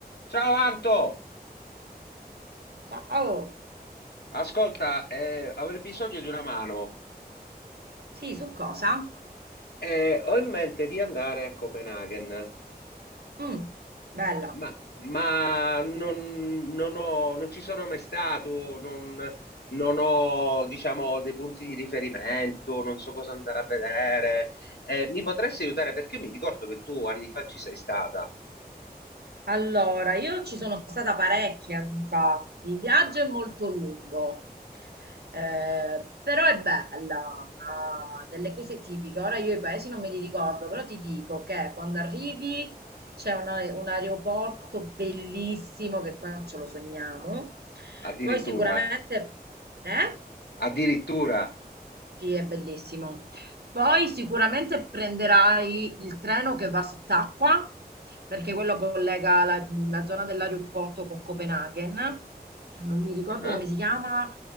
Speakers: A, on the left; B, on the right.
A: Ciao Anto,
B: Ciao,
A: ascolta, eh, avrei bisogno di una mano.
B: sì, su cosa?
A: Eh, ho in mente di andare a Copenaghen,
B: Mm, bella.
A: ma, ma non, non ho- non ci sono mai stato, non, non ho, diciamo, dei punti di riferimento, non so cosa andare a vedere. Eh, mi potresti aiutare? Perché io mi ricordo che tu anni fa ci sei stata,
B: Allora, io ci sono stata parecchi anni fa. Il viaggio è molto lungo, eh, però è bella, ha delle cose tipiche. Ora io i paesi non me li ricordo, però ti dico che quando arrivi c'è un, ae- un aeroporto bellissimo che qua ce lo sogniamo.
A: addirittura,
B: Poi sicuramente... Eh?
A: addirittura.
B: Sì, è bellissimo. Poi sicuramente prenderai il treno che va sott'acqua, perché quello collega la, la zona dell'aeroporto con Copenaghen. Non mi ricordo
A: Ah,
B: come si chiama,